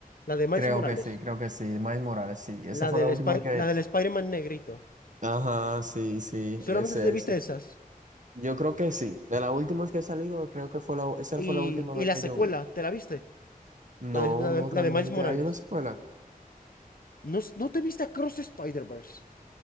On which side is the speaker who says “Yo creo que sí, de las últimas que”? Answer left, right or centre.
Right